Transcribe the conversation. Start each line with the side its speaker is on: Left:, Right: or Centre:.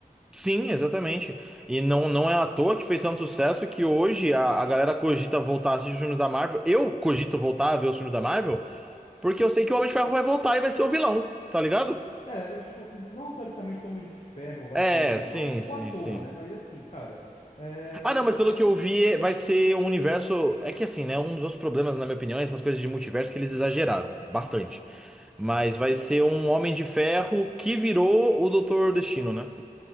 Centre: Sim, exatamente. E não, não é à toa que fez tanto sucesso que hoje a, a galera cogita voltar a assistir os filmes da Marvel. Eu cogito voltar a ver os filmes da Marvel, porque eu sei que o Homem de Ferro vai voltar e vai ser o vilão, tá ligado?
Left: É, eu, tipo, não teoricamente o Homem de Ferro vai
Centre: É,
Left: ser o vilão,
Centre: sim,
Left: né? O
Centre: sim,
Left: ator,
Centre: sim.
Left: né? Mas assim, cara, é...
Centre: Ah,
Left: é-
Centre: não, mas pelo
Left: hum,
Centre: que eu vi, é, vai ser um universo. É que assim, né? Um dos outros problemas, na minha opinião, é essas coisas de multiverso que eles exageraram bastante.
Left: Uhum.
Centre: Mas vai ser um Homem de Ferro que virou o Doutor Destino, né?